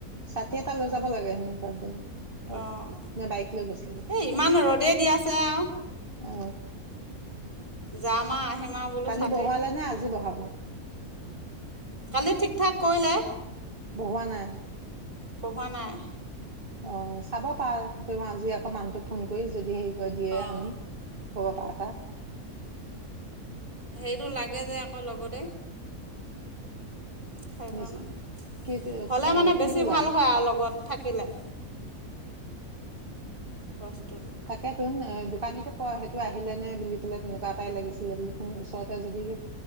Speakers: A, on the right (about 35°); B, on the right (about 20°).
A: ছাতি এটা লৈ যাব লাগে সেনেকুৱাত গ'লে অ
B: অঁ
A: নে বাইক লৈ গৈছিলি
B: এই ইমান ৰ'দেই দি আছে আৰু
A: অ
B: যামা আহিম আৰু বোলো
A: কালি
B: ছাতি
A: বহোৱালে নে আজি বহাব ব
B: কালি ঠিক ঠাক কৰিলে
A: বহোৱা নাই
B: বহোৱা নাই
A: অ', চাব পাৱ তেওঁ আজি আকৌ মানুহটোক ফোন কৰি যদি সেই থৈ দিয়ে
B: অঁ
A: আনি ক'ব পাৰা তাক
B: হেৰিটো লাগে যে আকৌ লগতে সেইকাৰণে,
A: মিছ কিটো
B: হ'লে মানে
A: কিটো
B: বেছি
A: লাগে?
B: ভাল হয় আৰু লগত থাকে কিলে বস্তু
A: তাকে তো, এ দোকানীকটোক কয় সেইটো আহিলে নে বুলি পেলাই, তেনেকুৱা এটাই লাগিছিলে বুলি, ফোন ওচৰতে যদি